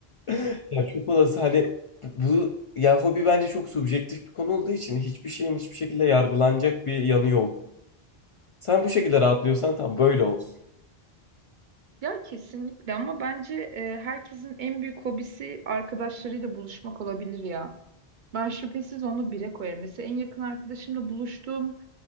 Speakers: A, on the left; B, on the right.
A: <laughs> Ya çok olası hani bu bu- ya hobi bence çok subjektif bir konu olduğu için hiçbir şeyin hiçbir şekilde yargılanacak bir yanı yok. Sen bu şekilde rahatlıyorsan tam böyle olsun.
B: Ya kesinlikle ama bence e, herkesin en büyük hobisi arkadaşlarıyla buluşmak olabilir ya. Ben şüphesiz onu bire koyarım. Mesela en yakın arkadaşımla buluştuğum